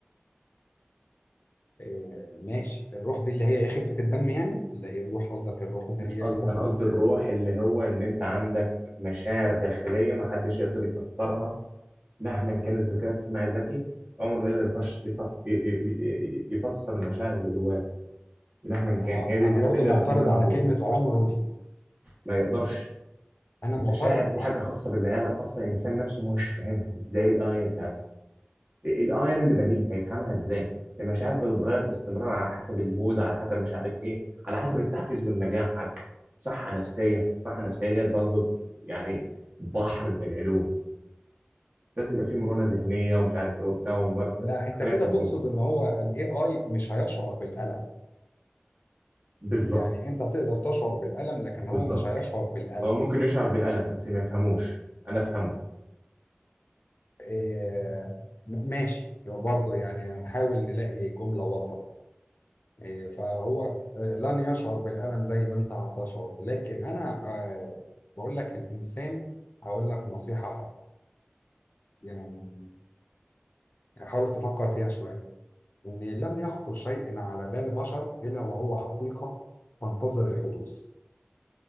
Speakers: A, on the left; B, on the right.
A: آه ماشي الروح دي اللي هي ايه خفه الدم يعني لا إيه الروح قصدك الروح اللي
B: مش
A: هي
B: قصدي
A: يموت
B: انا
A: و-
B: قصدي الروح اللي هو ان انت عندك مشاعر داخليه ما حدش يقدر يفسرها مهما كان الذكاء الصناعي ذكي عمره ما يقدر يفش يصف ي- ي- ي- يفسر المشاعر اللي جواه مهما
A: انا
B: كان هي دي,
A: انا
B: دي
A: برضو
B: اللي
A: معترض
B: أنا بسميها
A: على
B: الروح
A: كلمه عمره دي
B: ما يقدرش
A: انا
B: المشاعر
A: معترض
B: دي حاجه
A: آه،
B: خاصه بالبني ادم اصلا الانسان نفسه ما هوش فاهمها ازاي الاي الاي انا اللي بنيه هيفهمها ازاي المشاعر بتتغير باستمرار على حسب المود على حسب مش عارف ايه على حسب التحفيز والنجاح على صحه نفسيه الصحه النفسيه ديت برضه يعني بحر من العلوم لازم يبقى فيه مرونه ذهنيه ومش عارف ايه وبتاع وممارسه
A: لا انت
B: حاجات
A: كده
B: من
A: تقصد
B: دي
A: ان هو الاي اي مش هيشعر بالالم
B: بالظبط
A: يعني انت تقدر تشعر بالالم لكن
B: بالظبط
A: هو مش هيشعر بالالم
B: هو ممكن يشعر بالالم بس ما يفهموش انا افهمه
A: إيه م- ماشي برضه يعني هنحاول نلاقي جملة وسط إيه فهو آه، لن يشعر بالالم زي ما انت هتشعر لكن انا آه، بقول لك الانسان هقول لك نصيحة حق. يعني حاول تفكر فيها شوية إن لم يخطر شيء على بال بشر إلا وهو حقيقة تنتظر الحدوث